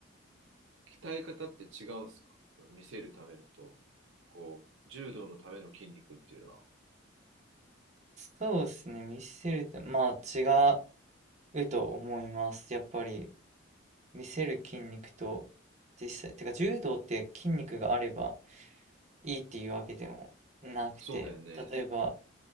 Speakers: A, on the right; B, on the right.
A: 鍛え方って違うんですかその見せるためのと、こう、柔道のための筋肉っていうのは。
B: そうですね。見せると、まあ違うと思います。やっぱり見せる筋肉と実際、てか柔道って筋肉があればいいっていうわけでもなくて、
A: そうだよね。
B: 例えば